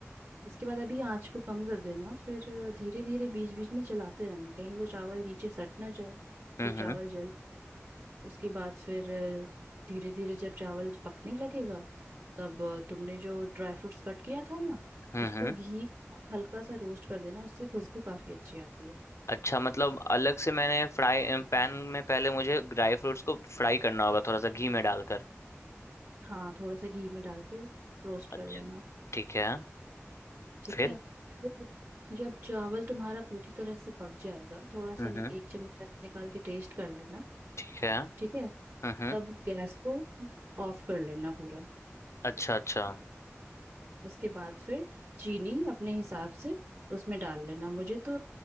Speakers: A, on the right; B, on the left.
A: उसके बाद अभी आंच को कम कर देना फिर धीरे धीरे बीच बीच में चलाते रहना कहीं वो चावल नीचे सट ना जाए
B: हम्म
A: फिर चावल
B: हम्म
A: जल उसके बाद फिर धीरे धीरे जब चावल पकने लगेगा तब अ, तुमने जो ड्राई फ्रूट्स कट किया था ना
B: हम्म
A: उसको
B: हम्म
A: घी में हल्का सा रोस्ट कर देना उससे खुशबू काफी अच्छी आती है
B: अच्छा मतलब अलग से मैंने फ्राई पैन में पहले मुझे ड्राई फ्रूट्स को फ्राई करना होगा थोड़ा सा घी में डालकर
A: हाँ थोड़ा सा घी में डाल के रोस्ट
B: अच्छा
A: कर लेना
B: ठीक है
A: ठीक
B: फिर
A: है फिर जब चावल तुम्हारा पूरी तरह से पक जाएगा थोड़ा सा
B: हम्म
A: नि-
B: हम्म
A: एक चम्मच ऐसे निकाल के टेस्ट कर लेना
B: ठीक है हम्म
A: ठीक है
B: हम्म।
A: तब गैस को ऑफ कर लेना पूरा
B: अच्छा अच्छा
A: उसके बाद फिर चीनी अपने हिसाब से उसमें डाल लेना मुझे तो